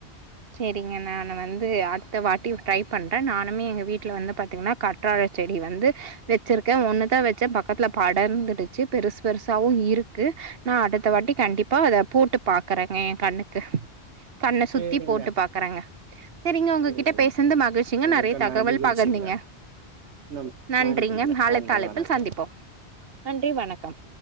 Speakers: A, on the right (about 60°); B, on the right (about 85°).
A: செரிங்க நான் வந்து அடுத்த வாட்டி ட்ரை பண்ற நானுமே எங்க வீட்ல வந்து பாத்தீங்கனா கற் கற்றாழை செடி வந்து வெச்சிருக்க ஒண்ணுதா வெச்சே பக்கத்துல படர்ந்துடுச்சு பெருசு பெருசாவும் இருக்கு நா அடுத்த வாட்டி கண்டிப்பா அத போட்டு பாக்குறங்க எ கண்ணுக்கு கண்ண சுத்
B: சேரிங்க
A: சுத்தி போட்டு பாக்குறங்க செரிங்க உங்ககிட்ட
B: சேரிங்க
A: பேசனது மகிழ்ச்சிங்க
B: இதுக்கு
A: நறைய தகவல்
B: நா நிகழ்ச்சிங்க
A: பகிர்ந்திங்க
B: நம்
A: நன்றிங்க மாலைத்தலைப்பில்
B: நன்றி வணக்கம்
A: சந்திப்போம் நன்றி வணக்கம்